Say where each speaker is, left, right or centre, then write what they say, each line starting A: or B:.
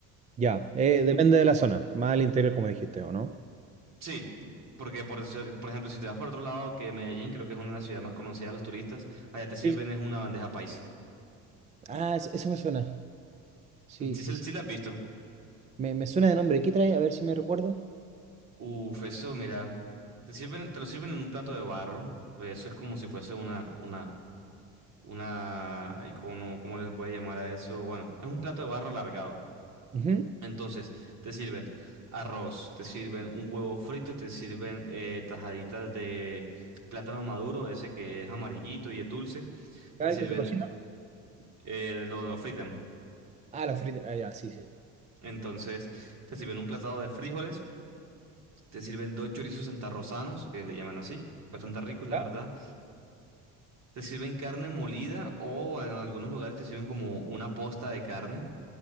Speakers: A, on the right; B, on the right.
A: Ya, eh, depende de la zona, más al interior como dijiste, ¿o no?
B: Sí, porque por, eso- por ejemplo, si te vas por otro lado, que Medellín creo que es una de las ciudades más conocidas de los turistas, allá te sirven
A: Sí, sí.
B: es una bandeja paisa.
A: Ah, es- eso me suena. Sí,
B: Sí,
A: sí,
B: se-
A: sí.
B: sí la has visto.
A: Me, me suena de nombre. ¿Qué trae? A ver si me recuerdo.
B: Uf, eso, mira, te sirven, te lo sirven en un plato de barro. Pues eso es como si fuese una, una, una, ay, ¿cómo, no? cómo le puede llamar a eso? Bueno, es un plato de barro alargado.
A: Ujú.
B: Entonces, te sirven arroz, te sirven un huevo frito, te sirven eh, tajaditas de plátano maduro, ese que es amarillito y es dulce, te
A: Ah,
B: sirven,
A: el que se cocina.
B: eh, lo, lo fritan.
A: Ah, la frita. Ah, ya, sí, sí.
B: Entonces, te sirven un platado de frijoles, te sirven dos chorizos santarrosanos, que le llaman así, bastante ricos, la
A: Ya,
B: verdad Te sirven carne molida o en algunos lugares te sirven como una posta de carne